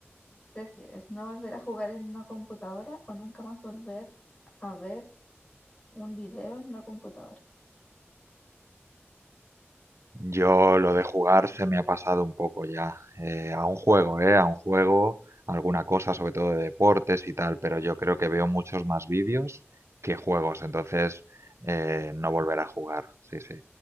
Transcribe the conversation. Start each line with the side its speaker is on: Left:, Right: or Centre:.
Left: ¿Prefieres no volver a jugar en una computadora o nunca más volver a ver un video en una computadora?
Right: Yo lo de jugar se me ha pasado un poco ya. eh, a un juego, ¿eh? A un juego, alguna cosa, sobre todo de deportes y tal, pero yo creo que veo muchos más vídeos que juegos, entonces eh, no volver a jugar. Sí, sí.